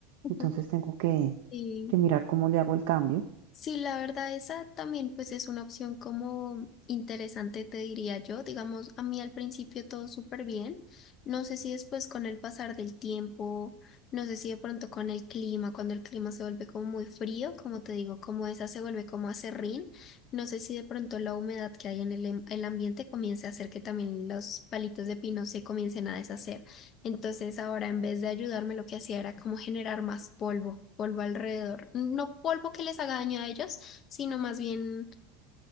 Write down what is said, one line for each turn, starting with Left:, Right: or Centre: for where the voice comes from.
Right: Entonces
Left: <laughs>
Right: tengo que,
Left: Y
Right: que mirar cómo le hago el cambio.
Left: Sí, la verdad, esa también pues es una opción como interesante, te diría yo. Digamos, a mí al principio todo súper bien. No sé si después con el pasar del tiempo, no sé si de pronto con el clima, cuando el clima se vuelve como muy frío, como te digo, como esa se vuelve como acerrín. No sé si de pronto la humedad que hay en el, em- el ambiente comience a hacer que también los palitos de pino se comiencen a deshacer. Entonces ahora en vez de ayudarme lo que hacía era como generar más polvo, polvo alrededor. No polvo que les haga daño a ellos, sino más bien,